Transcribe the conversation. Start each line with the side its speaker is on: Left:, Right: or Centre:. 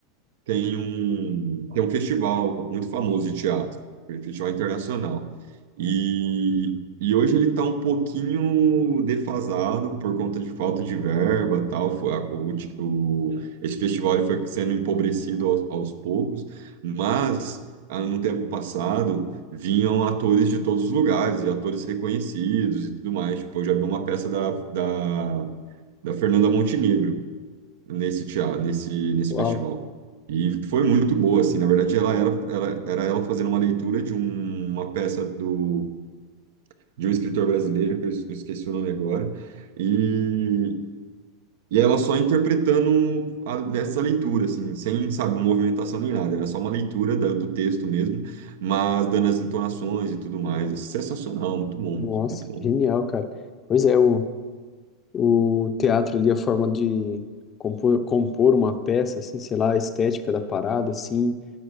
Right: tem um, tem um festival muito famoso de teatro, um festival internacional. E, e hoje ele está um pouquinho defasado por conta de falta de verba, tal. Foi, a- o, ti- o- esse festival ele foi sendo empobrecido aos, aos poucos, mas ah, no tempo passado vinham atores de todos os lugares e atores reconhecidos e tudo mais. Tipo, eu já vi uma peça da, da, da Fernanda Montenegro nesse teatro, nesse, nesse
Left: uau,
Right: festival. E foi muito boa, assim, na verdade ela era, era, era ela fazendo uma leitura de um- uma peça do, de um escritor brasileiro, que eu es- esqueci o nome agora, e, e ela só interpretando a, nessa leitura, assim, sem, sabe, uma movimentação nem nada, era só uma leitura da- do texto mesmo, mas dando as entonações e tudo mais, é sensacional, muito bom,
Left: nossa,
Right: muito bom.
Left: genial, cara. Pois é, o, o teatro ali, a forma de compor, compor uma peça, assim, sei lá, a estética da parada, assim